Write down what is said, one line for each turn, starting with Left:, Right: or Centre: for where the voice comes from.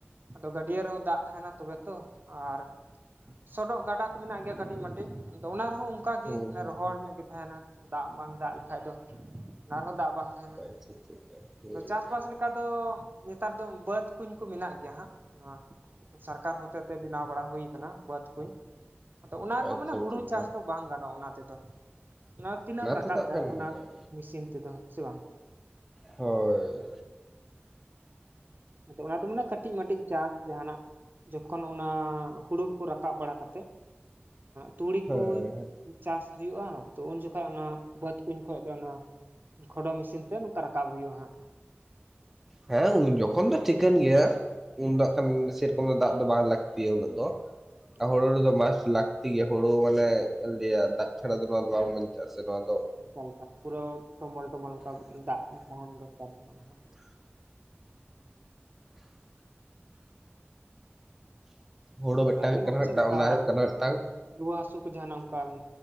Right: ᱟᱫᱚ ᱜᱟᱹᱰᱭᱟᱹ ᱨᱮᱦᱚᱸ ᱫᱟᱜ ᱛᱟᱦᱮᱱᱟ ᱛᱚᱵᱮ ᱛᱚ ᱟᱨ ᱥᱚᱰᱚᱜ ᱜᱟᱰᱟ ᱠᱚ ᱢᱮᱱᱟᱜ ᱜᱮᱭᱟ ᱠᱟᱹᱴᱤᱡ ᱢᱟᱹᱴᱤᱡ ᱟᱫᱚ ᱚᱱᱟ ᱨᱮᱦᱚᱸ ᱚᱱᱠᱟ
Centre: ᱦᱩᱸ
Right: ᱜᱮ
Centre: ᱦᱩᱸ
Right: ᱨᱚᱦᱚᱲ ᱧᱚᱜ ᱜᱮ ᱛᱟᱦᱮᱱᱟ ᱫᱟᱜ ᱵᱟᱝ ᱫᱟᱜ ᱞᱮᱠᱷᱟᱡ ᱫᱚ ᱚᱱᱟ ᱨᱮᱦᱚᱸ ᱫᱟᱜ ᱵᱟᱝ ᱛᱟᱦᱮᱱᱟ
Centre: <unintelligible>
Right: ᱟᱫᱚ ᱪᱟᱥᱵᱟᱥ ᱞᱮᱠᱟ ᱫᱚ ᱱᱮᱛᱟᱨ ᱫᱚ ᱵᱟᱹᱫᱽ ᱠᱩᱧ ᱠᱚ ᱢᱮᱱᱟᱜ ᱜᱮᱭᱟ ᱦᱟᱸᱜ ᱱᱚᱣᱟ ᱥᱚᱨᱠᱟᱨ ᱦᱚᱛᱮᱛᱮ ᱵᱮᱱᱟᱣ ᱵᱟᱲᱟ ᱦᱩᱭ ᱠᱟᱱᱟ ᱵᱟᱹᱫᱽ ᱠᱩᱧ ᱾ ᱟᱫᱚ ᱚᱱᱟ ᱨᱮᱦᱚᱸ
Centre: ᱟᱪᱪᱷᱟ ᱟᱪᱪᱷᱟ
Right: ᱢᱟᱱᱮ ᱦᱩᱲᱩ
Centre: ᱟᱪᱪᱷᱟ ᱟᱪᱪᱷᱟ
Right: ᱪᱟᱥ ᱫᱚ ᱵᱟᱝ ᱜᱟᱱᱚᱜ-ᱟ ᱚᱱᱟ ᱛᱮᱫᱚ ᱾ ᱚᱱᱟ ᱛᱤᱱᱟᱹᱜ ᱮᱢ ᱨᱟᱠᱟᱵ
Centre: ᱛᱮᱫᱚ
Right: ᱫᱟᱲᱮᱭᱟᱜ-ᱟ
Centre: ᱦᱟᱸᱜ
Right: ᱚᱱᱟ
Centre: ᱠᱷᱟᱱ
Right: ᱢᱤᱥᱤᱱ ᱛᱮᱫᱚ ᱥᱮ ᱵᱟᱝ?
Centre: ᱦᱳᱭ᱾
Right: ᱟᱫᱚ ᱚᱱᱟ ᱫᱚ ᱢᱟᱱᱮ ᱠᱟᱹᱴᱤᱡ ᱢᱟᱴᱤᱡ ᱪᱟᱥ ᱡᱟᱦᱟᱸᱱᱟᱜ ᱡᱚᱠᱷᱚᱱ ᱚᱱᱟ ᱦᱳᱲᱳ ᱠᱚ ᱨᱟᱠᱟᱵ ᱵᱟᱲᱟᱛᱮᱫ ᱛᱩᱲᱤ
Centre: ᱦᱮᱸ
Right: ᱠᱩ ᱪᱟᱥ ᱦᱩᱭᱩᱜᱼᱟ᱾ ᱛᱚ ᱩᱱ ᱡᱚᱠᱷᱚᱱ ᱚᱱᱟ ᱵᱟᱹᱫᱽ ᱠᱩᱧ ᱠᱷᱚᱡ ᱫᱚ ᱚᱱᱟ ᱠᱷᱚᱰᱚ ᱢᱤᱥᱤᱱ ᱛᱮ ᱱᱚᱝᱠᱟ ᱨᱟᱠᱟᱵ ᱦᱩᱭᱩᱜᱼᱟ ᱦᱟᱸᱜ᱾
Centre: ᱦᱮᱸ ᱩᱱ ᱡᱚᱠᱷᱚᱱ ᱫᱚ ᱴᱷᱤᱠᱟᱹᱱ ᱜᱮᱭᱟ ᱩᱱ
Right: ᱦᱩᱸ
Centre: ᱫᱚ
Right: ᱦᱩᱸ
Centre: ᱠᱷᱟᱱ ᱪᱮᱫ ᱠᱳ ᱫᱟᱜ ᱫᱚ ᱵᱟᱝ ᱞᱟᱹᱠᱛᱤᱭᱟ ᱩᱱᱟᱹᱜ ᱫᱚ
Right: ᱮᱠᱟᱞ
Centre: ᱦᱳᱲᱳ ᱨᱮᱫᱚ ᱢᱟᱥ ᱞᱟ ᱛᱤ ᱜᱮ ᱦᱳᱲᱳ ᱢᱟᱱᱮ ᱞᱮᱭᱟ ᱫᱟᱜ ᱪᱷᱟᱲᱟ ᱫᱚ ᱱᱚᱣᱟ ᱫᱚ ᱵᱟᱝ ᱵᱟᱧᱪᱟᱜᱼᱟ ᱥᱮ ᱱᱚᱣᱟ ᱫᱚ
Right: ᱚᱱᱠᱟᱱ ᱯᱩᱨᱟᱹ ᱴᱚᱢᱵᱚᱞ ᱴᱚᱢᱢᱚᱞ ᱚᱱᱠᱟ ᱫᱟᱜ ᱛᱟᱦᱮᱱ ᱫᱚᱨᱠᱟᱨ ᱠᱟᱱᱟ ᱱᱟᱦᱟᱜ
Centre: ᱦᱳᱲᱳ ᱢᱮᱫᱴᱟᱝ
Right: ᱟᱵᱮᱱᱟᱜ
Centre: ᱦᱩᱭᱩᱜ ᱠᱟᱱᱟ ᱢᱮᱫᱴᱟᱝ
Right: ᱪᱮᱫ ᱞᱮᱠᱟ
Centre: ᱚᱱᱟ ᱦᱩᱭᱩᱜ ᱠᱟᱱᱟ ᱢᱤᱫᱴᱟᱝ
Right: ᱨᱩᱣᱟᱹ ᱦᱟᱹᱥᱩ ᱠᱚ ᱡᱟᱦᱟᱸᱱᱟᱜ ᱚᱱᱠᱟ